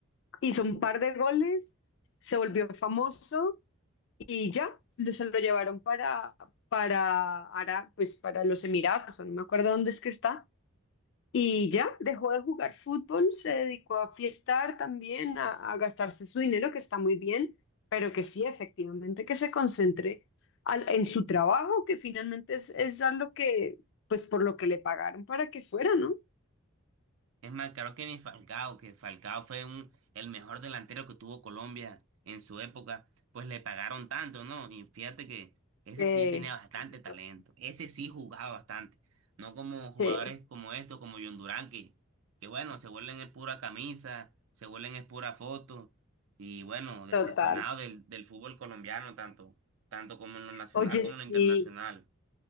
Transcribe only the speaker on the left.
hizo un par de goles, se volvió famoso y ya, lo- se lo llevaron para, para, Ara- pues para los Emiratos, o no me acuerdo dónde es que está. Y ya, dejó de jugar fútbol, se dedicó a fiestar también, a, a gastarse su dinero, que está muy bien, pero que sí, efectivamente, que se concentre al- en su trabajo, que finalmente es, es a lo que, pues por lo que le pagaron para que fuera, ¿no?
Eh,
Tienes
razón.
sí,
total.
Oye,
sí.